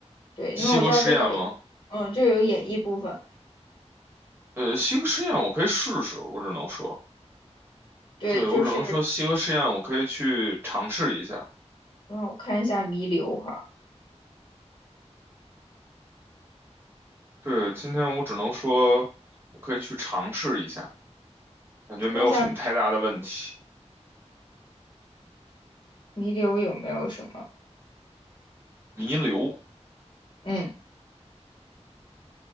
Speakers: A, on the left (about 40°); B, on the right (about 20°).
A: 对，因为我知道这个，
B: 西河实验吗？
A: 嗯，这个有演绎部分。
B: 呃，西河实验我可以试试，我只能说。
A: 对，
B: 对，
A: 就是
B: 我只能说西河试验，我可以去尝试一下。
A: 让我看一下弥留哈，
B: 对，今天我只能说，我可以去尝试一下，感觉没有什么太大的问题。
A: 看一下弥留有没有什么，
B: 弥留，
A: 嗯，